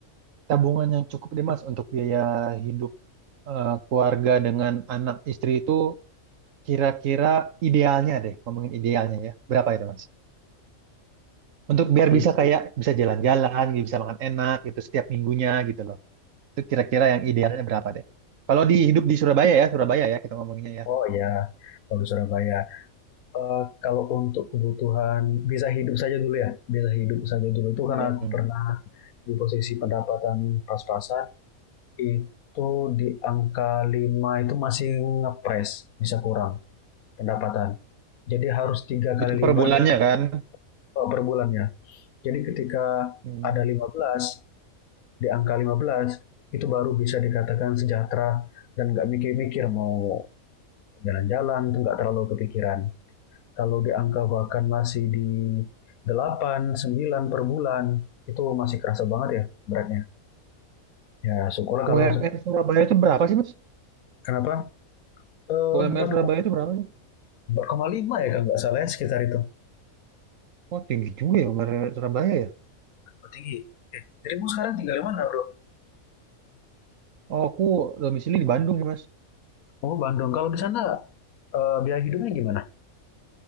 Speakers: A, on the right; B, on the left.
A: tabungan yang cukup deh Mas untuk biaya hidup eh, keluarga dengan anak istri itu Kira-kira idealnya deh, ngomongin idealnya ya. Berapa itu, Mas? Untuk biar bisa
B: ah.
A: kayak bisa jalan-jalan, gitu, bisa makan enak gitu setiap minggunya gitu loh. Itu kira-kira yang idealnya berapa deh? Kalau di hidup di Surabaya ya, Surabaya ya kita ngomonginnya ya.
B: oh ya, kalau di Surabaya. Eh, kalau untuk kebutuhan bisa hidup saja dulu ya, bisa hidup saja dulu itu
A: Iya.
B: karena aku
A: Hmm.
B: pernah di posisi pendapatan pas-pasan itu di angka 5 itu masih ngepres bisa kurang pendapatan. Jadi harus tiga kali
A: Itu per
B: lipat
A: bulannya
B: dari
A: kan.
B: eh, per bulannya. Jadi ketika
A: Hmm.
B: ada lima belas di angka 15 itu baru bisa dikatakan sejahtera dan nggak mikir-mikir mau jalan-jalan, itu nggak terlalu kepikiran. Kalau di angka bahkan masih di 8 9 per bulan, itu masih kerasa banget ya beratnya. Ya syukurlah
A: UMR
B: kalau
A: Surabaya itu berapa sih, Mas?
B: kenapa Eh,
A: UMR
B: empat
A: Surabaya itu berapa sih?
B: koma lima ya kalau nggak salah ya sekitar itu.
A: Oh, tinggi juga ya UMR Surabaya ya.
B: Oh, tinggi. Eh, dirimu sekarang tinggal di mana bro?
A: Oh, aku domisili di Bandung ya, Mas.
B: Oh Bandung. Kalau di sana eh, biaya hidupnya gimana?